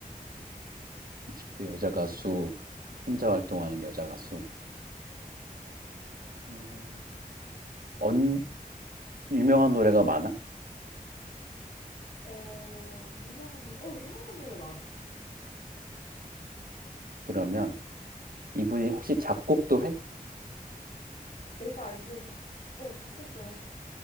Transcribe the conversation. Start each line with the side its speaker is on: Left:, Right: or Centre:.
Right: 20대 여자 가수, 혼자 활동하는 여자 가수. 어, 언, 유명한 노래가 많아?
Left: 어, 유명한 노래, 어, 유명한 노래 많아.
Right: 그러면 이분이 혹시 작곡도 해?
Left: 내가 알기로 작, 어, 작곡도 하셔.